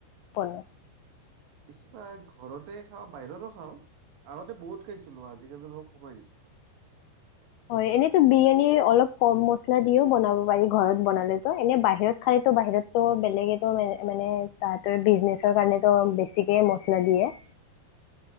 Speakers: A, on the left; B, on the right.
A: বনোৱা।
B: বেছিভাগ ঘৰতে খাওঁ বাহিৰৰো খাওঁ আগতে বহুত খাইছিলো আজিকালি অলপ কমাই দিছো।
A: হয় এনেইতো বিৰিয়ানীৰ অলপ কম মছলা দিও বনাব পাৰি ঘৰত বনালেতো। এনে বাহিৰত খালেতো বাহিৰত ত' বেলেগেটো মান মানে তাতে বিজনেচৰ কাৰণেটো বেছিকে মচলা দিয়ে।